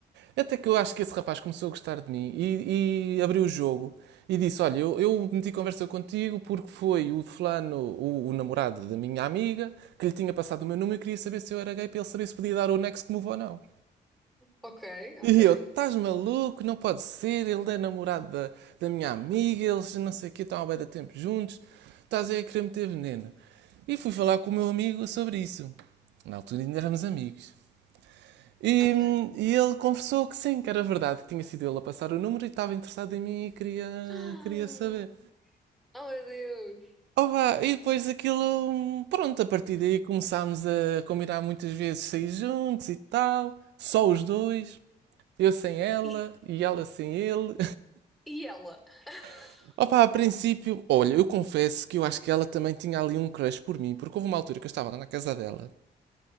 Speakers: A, on the right (about 80°); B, in the centre.
A: Até que eu acho que esse rapaz começou a gostar de mim e, e abriu o jogo e disse: Olha, eu, eu meti conversa contigo porque foi o fulano, o, o namorado da minha amiga, que lhe tinha passado o meu número e queria saber se eu era gay para ele saber se podia dar o next move ou não.
B: Ok, ok,
A: E eu, estás maluco? Não pode ser. Ele é namorado da, da minha amiga, eles não sei o quê, estão há bué de tempo juntos. Estás aí a querer meter veneno. E fui falar com o meu amigo sobre isso. Na altura ainda éramos amigos. E,
B: ok. <gasps>
A: e ele confessou que sim, que era verdade, que tinha sido ele a passar o número e estava interessado em mim e queria,
B: Ah,
A: queria saber.
B: Oh meu Deus!
A: Opa, e depois aquilo, pronto, a partir daí começámos a combinar muitas vezes sair juntos e tal, só os dois, eu sem ela
B: E,
A: e ela sem ele.
B: e ela? <laughs>
A: <laughs> Opa, a princípio, olha, eu confesso que eu acho que ela também tinha ali um crush por mim, porque houve uma altura que eu estava lá na casa dela